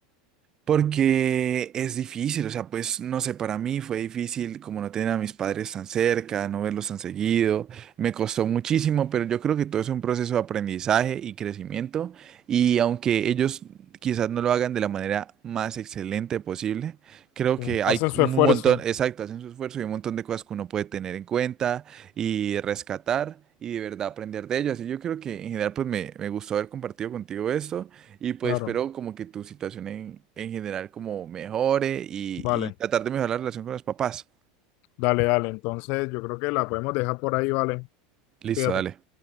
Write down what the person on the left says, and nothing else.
sí,
hacen su
esfuerzo,
claro,
vale.
Dale, dale. Entonces, yo creo que la podemos dejar por ahí, ¿vale?
Fíjate.